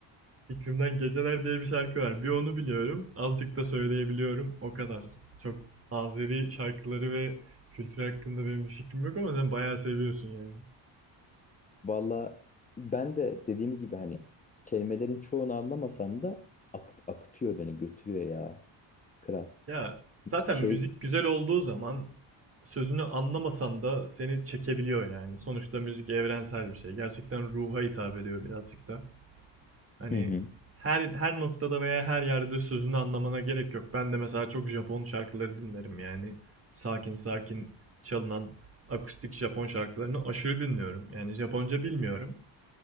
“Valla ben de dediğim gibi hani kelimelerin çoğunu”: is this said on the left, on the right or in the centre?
Left